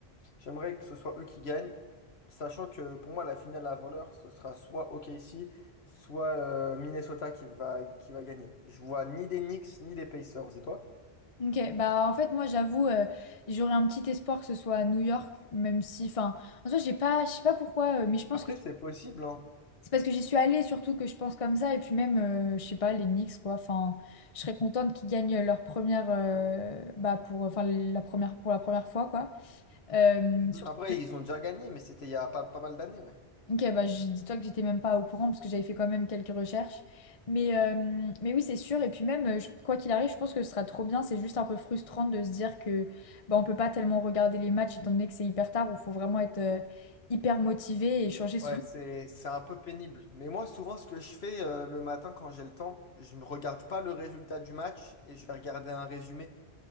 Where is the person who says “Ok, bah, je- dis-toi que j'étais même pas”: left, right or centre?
Left